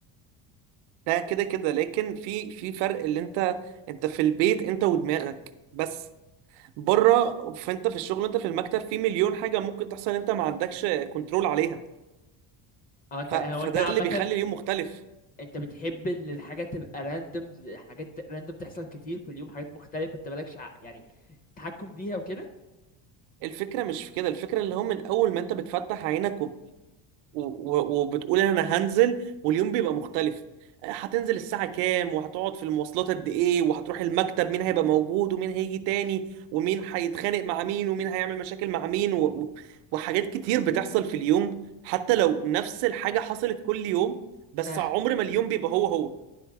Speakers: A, on the right; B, on the left.
A: ده كده كده لكن في في فرق اللي انت انت في البيت انت ودماغك بس بره فانت في الشغل انت في المكتب في مليون حاجه ممكن تحصل انت ما عندكش كنترول عليها
B: او انت
A: ف...
B: هو
A: فده
B: انت عامة
A: اللي بيخلي اليوم مختلف
B: انت بتحب ان الحاجة تبقى راندوم حاجات راندوم تحصل كتير في اليوم حاجات مختلفة انت مالكش ع- يعني تحكم فيها وكده
A: الفكره مش في كده الفكره اللي هو من اول ما انت بتفتح عينك و- و- وبتقول انا هنزل واليوم بيبقى مختلف آه، هتنزل الساعة كام وهتقعد في المواصلات قد ايه وهتروح المكتب مين هيبقى موجود ومين هيجي تاني ومين هيتخانق مع مين ومين هيعمل مشاكل مع مين و... و- وحاجات كتير بتحصل في اليوم حتى لو نفس الحاجة حصلت كل يوم بس
B: اه
A: عمر ما اليوم بيبقى هو هو